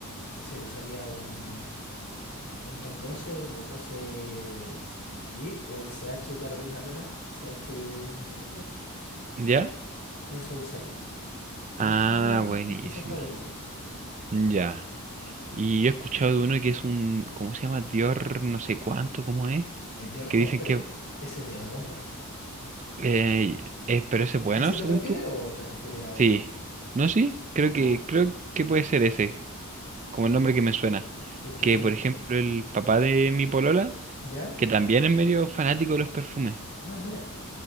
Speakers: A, on the left; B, on the right.
A: no sé, usaría un, un 212 el 212 VIP o el CH de Carolina Herrera, CH de mujer.
B: ¿Ya?
A: Eso usaría. Pero
B: Ah,
A: esos son como mis perfumes
B: buenísima.
A: quizás favoritos.
B: Ya. Y yo he escuchado de uno que es un, ¿cómo se llama? Dior, no sé cuánto, ¿cómo es?
A: El Dior
B: Que
A: Homme,
B: dicen
A: pero
B: que,
A: ese es de hombre.
B: eh, eh, pero ese es bueno,
A: ¿A ese te
B: según
A: refieres
B: tú.
A: o te refieres a
B: Sí.
A: otro?
B: ¿No, sí? Creo
A: Ah,
B: que,
A: ya.
B: creo que puede ser ese, como
A: Ya.
B: el nombre que me suena.
A: Es que
B: Que,
A: son.
B: por ejemplo, el papá de mi polola,
A: ¿Ya?
B: que también es medio fanático de los perfumes,
A: Ah, mira.